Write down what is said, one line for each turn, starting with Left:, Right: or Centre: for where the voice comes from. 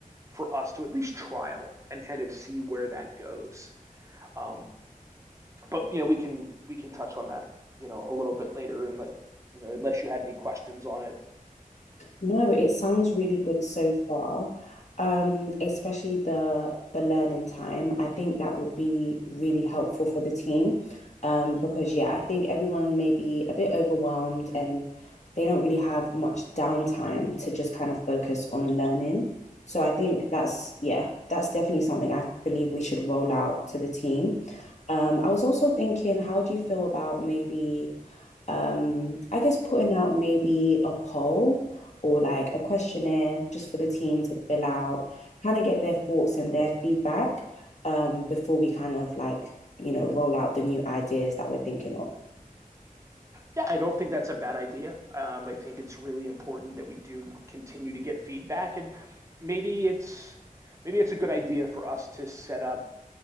Right: for us to at least trial and kind of see where that goes. Um, but you know we can we can touch on that you know a little bit later and let you know unless you had any questions on it
Left: No, it sounds really good so far. Um, especially the the learning time. I think that would be really helpful for the team. Um, because yeah, I think everyone may be a bit overwhelmed and they don't really have much downtime to just kind of focus on learning. So I think that's yeah, that's definitely something I believe we should roll out to the team. Um, I was also thinking, how do you feel about maybe um, I guess putting out maybe a poll or like a questionnaire just for the team to fill out, kind of get their thoughts and their feedback um, before we kind of like, you know, roll out the new ideas that we're thinking of.
Right: yeah i don't think that's a bad idea um, i think it's really important that we do continue to get feedback and maybe it's maybe it's a good idea for us to set up